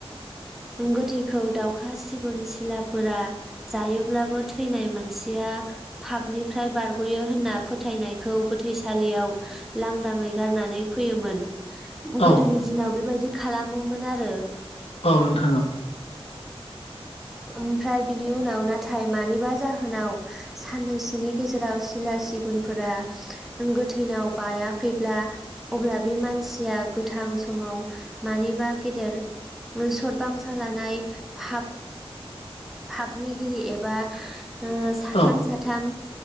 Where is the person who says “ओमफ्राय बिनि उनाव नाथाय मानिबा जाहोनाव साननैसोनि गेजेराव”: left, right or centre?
Centre